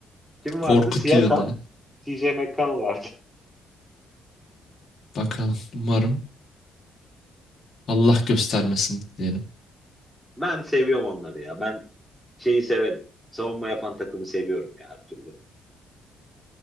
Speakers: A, in the centre; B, on the left.
A: kim
B: Korkutuyor
A: vardı? Siakam,
B: da.
A: TJ McConnell vardı.
B: Bakalım umarım Allah göstermesin diyelim.
A: Ben seviyorum onları ya. Ben şeyi severim. Savunma yapan takımı seviyorum ya her türlü.